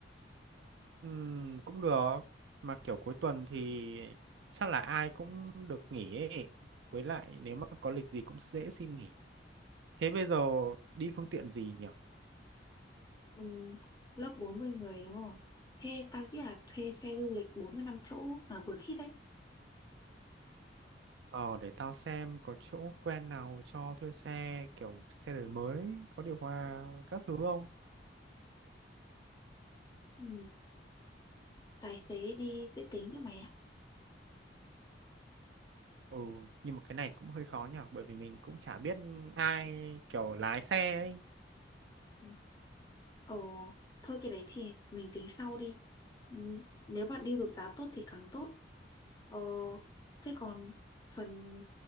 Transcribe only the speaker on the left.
Ừ, lớp 40 người đúng không? Thế tao nghĩ là thuê xe du lịch 45 chỗ mà vừa khít đấy.
Ừ, tài xế đi dễ tính nữa mày ạ.
Ừ. ồ, thôi cái đấy thì mình tính sau đi. Ừ, Nếu bạn deal được giá tốt thì càng tốt. Ờ, thế còn phần